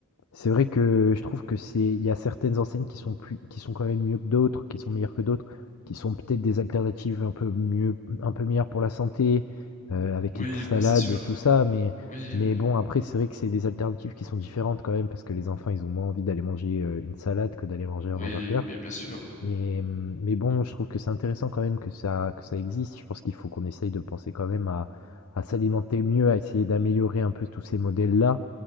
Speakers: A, on the left; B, on the left.
A: c'est vrai que je trouve que c'est il y a certaines enseignes qui sont plus qui sont quand même mieux que d'autres, qui sont meilleures que d'autres, qui sont peut-être des alternatives un peu mieux un peu meilleures pour la santé, heu, avec
B: Oui,
A: une salade,
B: bah, c'est sûr.
A: tout ça, mais
B: Oui,
A: mais
B: oui,
A: bon,
B: oui.
A: après, c'est vrai que c'est des alternatives qui sont différentes quand même parce que les enfants, ils ont moins envie d'aller manger, heu, une salade que d'aller manger un
B: Oui,
A: hamburger.
B: mais bien sûr.
A: Et, hum, mais bon, je trouve que c'est intéressant quand même que ça, que ça existe. Je pense qu'il faut qu'on essaye de penser quand même à, à s'alimenter mieux, à essayer d'améliorer un peu tous ces modèles-là